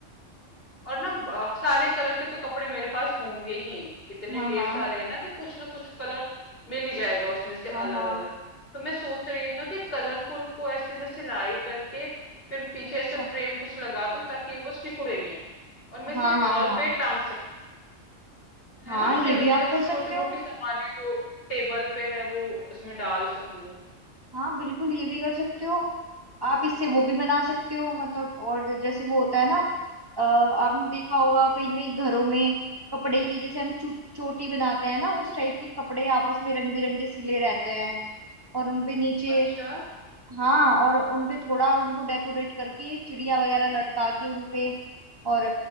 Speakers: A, on the left; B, on the right.
A: और ना ब- सारे कलर के तो कपड़े मेरे पास होंगे ही इतने
B: हाँ
A: ढेर
B: हाँ
A: सारे हैं ना कि कुछ ना कुछ कलर मिल ही जाएगा उसमें से
B: हाँ
A: अलग
B: हाँ
A: अलग तो मैं सोच रही हूँ ना कि कलरफुल को ऐसे में सिलाई करके फिर पीछे
B: अच्छा
A: ऐसे फ्रेम कुछ लगा दूं ताकि वो सिकुड़े नहीं और मैं इसे
B: हाँ हाँ
A: वॉल
B: हाँ
A: पे टांग सकती है
B: हाँ
A: ना
B: ये
A: फिर
B: भी
A: उसमें
B: आप कर सकते
A: छोटी
B: हो
A: मोटी सामानें जो टेबल पे है वो उसमें डाल सकूं
B: हाँ बिल्कुल ये भी कर सकते हो आप इससे वो भी बना सकते हो मतलब और जैसे वो होता है ना अ, आपने देखा होगा कहीं कहीं घरों में कपड़े की जैसे हम चो, चोटी बनाते हैं ना उस टाइप के कपड़े आपस में रंग बिरंगे सिले रहते हैं और उनपे नीचे
A: अच्छा
B: हाँ और उनपे थोड़ा उनको डेकोरेट करके चिड़िया वगैरह लटका के उनपे और